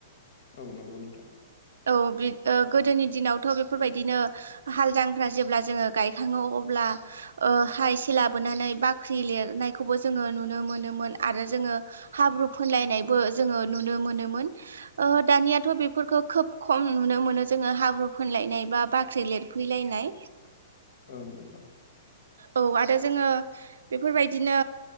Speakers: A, on the left; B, on the right.
A: औ नंगौ नोंथां
B: औ गोदोनि दिनावथ' बेफोरबायदिनो हालजांख्रा जेब्ला जोङो गायखाङो अब्ला ओ हा एसे लाबोनानै बाख्रि लिरनायखौबो जोङो नुनो मोनोमोन आरो जोङो हाब्रु फोन लायनायबो जोङो नुनो मोनोमोन। ओ दानियाथ' बेफोरखौ खोब खम नुनो मोनो। जोङो हाब्रु फोनलायनाय बा बाख्रि लिरफैलायनाय
A: औ नोंथां।
B: औ आरो जोङो बेफोरबायदिनो